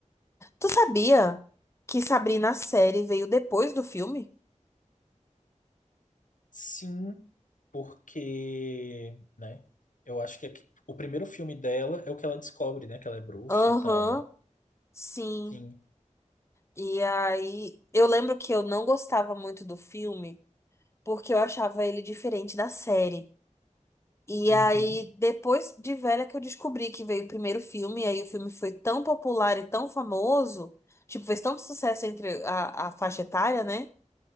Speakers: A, on the left; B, on the left.
A: Tu sabia que Sabrina a série veio depois do filme?
B: Sim, porque, né? Eu acho que aqui- o primeiro filme dela é o que ela descobre, né? Que ela é bruxa
A: Aham,
B: e tal, né?
A: sim.
B: Sim.
A: E aí eu lembro que eu não gostava muito do filme porque eu achava ele diferente da série. E
B: Uhum.
A: aí, depois de velha que eu descobri que veio o primeiro filme, e aí o filme foi tão popular e tão famoso, tipo, fez tanto sucesso entre a, a faixa etária, né?